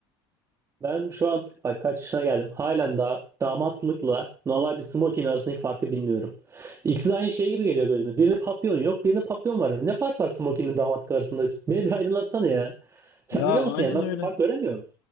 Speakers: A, on the right; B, on the left.
A: Ben şu an bak kaç yaşına geldim. Halen daha damatlıkla normal bir smoking arasındaki farkı bilmiyorum. İkisi de aynı şey gibi geliyor gözüme. Birinde papyon yok, birinde papyon var. Ne fark var smokingle damatlık arasında? Beni bir aydınlatsana ya. Sen
B: Ya
A: biliyor
B: aynen
A: musun yani ben
B: öyle.
A: bir fark göremiyorum.